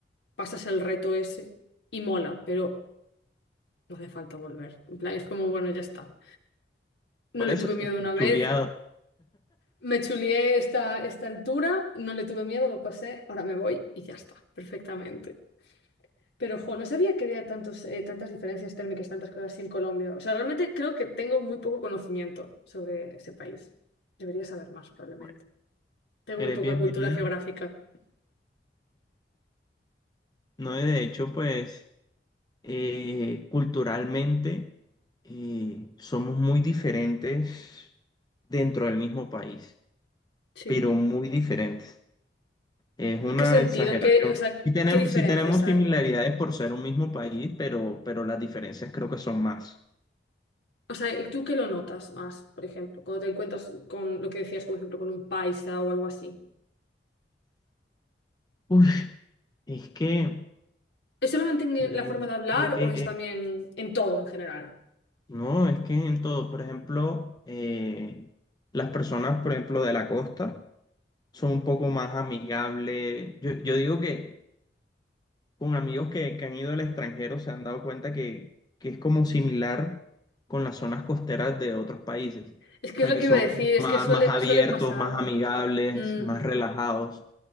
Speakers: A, on the left; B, on the left.
A: pasas el reto ese y mola, pero no hace falta volver. En plan, es como, bueno, ya está. No
B: por
A: le
B: eso
A: tuve miedo
B: está
A: una vez,
B: chuleado.
A: me chulié esta, esta altura, no le tuve miedo, lo pasé, ahora me voy y ya está, perfectamente. Pero, jo, no sabía que había tantos, eh, tantas diferencias térmicas, tantas cosas así en Colombia. O sea, realmente creo que tengo muy poco conocimiento sobre ese país. Debería saber más, probablemente.
B: Bueno,
A: Tengo
B: eres
A: muy poca
B: bienvenida.
A: cultura geográfica.
B: No, de hecho, pues eh, culturalmente eh, somos muy diferentes dentro del mismo país,
A: Sí.
B: pero muy diferentes. Es una
A: ¿En qué sentido?
B: exageración.
A: ¿En qué, o sea,
B: Y tenemos,
A: qué diferencias
B: sí tenemos
A: hay?
B: similaridades por ser un mismo país, pero, pero las diferencias creo que son más.
A: O sea, ¿y tú qué lo notas más, por ejemplo, cuando te encuentras con lo que decías, por ejemplo, con un paisa o algo así?
B: Uy, es que,
A: ¿Es solamente en
B: eh,
A: la forma de hablar
B: eh, eh,
A: o es también
B: eh,
A: en todo en general?
B: no, es que en todo, por ejemplo, eh, las personas, por ejemplo, de la costa son un poco más amigables. Yo, yo digo que con amigos que, que han ido al extranjero se han dado cuenta que, que es como similar con las zonas costeras de otros países.
A: Es que
B: O sea,
A: es lo
B: que
A: que
B: son
A: iba a decir,
B: como
A: es
B: más,
A: que suele,
B: más abiertos,
A: suele pasar.
B: más amigables,
A: Mm,
B: más relajados.